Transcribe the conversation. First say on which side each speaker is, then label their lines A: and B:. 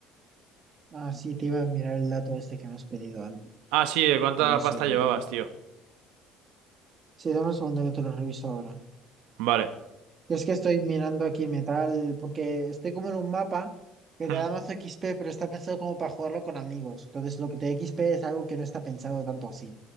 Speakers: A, on the right (about 30°); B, on the right (about 85°).
A: ah, sí, te iba a mirar el dato este que me has pedido antes.
B: Ah, sí, ¿de cuánta
A: Dame un segundo.
B: pasta llevabas, tío?
A: Sí, dame un segundo que te lo reviso ahora.
B: Vale.
A: Yo es que estoy mirando aquí metal, porque estoy como en un mapa que
B: Hmm.
A: te da mazo XP, pero está pensado como para jugarlo con amigos. Entonces, lo que te da XP es algo que no está pensado tanto así.